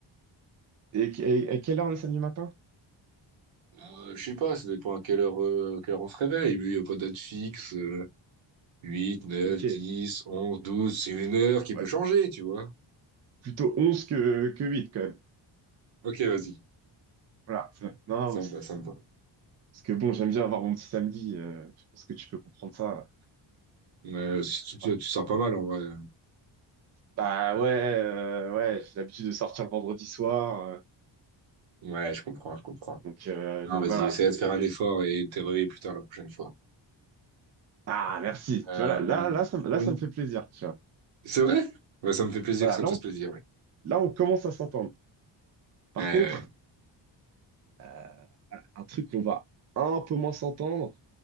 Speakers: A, on the right; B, on the right.
A: Et, et- et quelle heure le samedi matin?
B: Euh, je sais pas, ça dépend à quelle heure, euh, à quelle heure on se réveille. Lui, il n'y a pas de date fixe. euh, 8, 9,
A: Ok.
B: 10, 11, 12, c'est une heure qui
A: Ouais,
B: peut changer, tu vois.
A: plutôt 11 que, que 8 quand même.
B: Ok, vas-y.
A: Voilà. ça- Non, non,
B: Sympa,
A: mais c'est...
B: sympa.
A: Parce que bon, j'aime bien avoir mon petit samedi. euh, je pense que tu peux comprendre ça.
B: Ouais, tu, tu,
A: Voilà.
B: tu sors pas mal en vrai.
A: Bah ouais, euh, ouais, j'ai l'habitude de sortir le vendredi soir. euh,
B: Ouais, je comprends, je comprends.
A: Donc, euh,
B: Non,
A: donc
B: vas-y,
A: voilà,
B: essaie
A: c'est...
B: de faire un effort et de te réveiller plus tard la prochaine fois.
A: Ah, merci.
B: Euh,
A: Tu vois, là, là, là, ça, me- là,
B: au-
A: ça me fait plaisir, tu vois.
B: C'est vrai? Ouais, ça me fait plaisir
A: Voilà,
B: que ça
A: là,
B: te fasse
A: on,
B: plaisir, ouais.
A: là, on commence à s'entendre. Par
B: Ouais, ouais.
A: contre,
B: ouais.
A: euh, un truc qu'on va un peu moins s'entendre,